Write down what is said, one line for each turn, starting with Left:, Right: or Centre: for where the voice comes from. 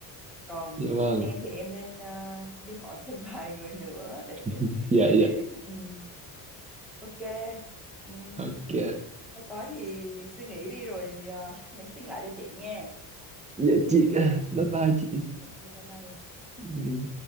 Centre: còn
Right: dạ vâng.
Centre: em thì em nên ờ, đi hỏi thêm <laughs> vài người nữa để
Right: <laughs> Dạ,
Centre: để
Right: dạ.
Centre: để ừm, ok Ừm,
Right: Ok.
Centre: có gì suy nghĩ đi rồi ờ, nhắn tin lại cho chị nha
Right: Dạ chị, bye bye chị.
Centre: ok bye bye
Right: Ừ.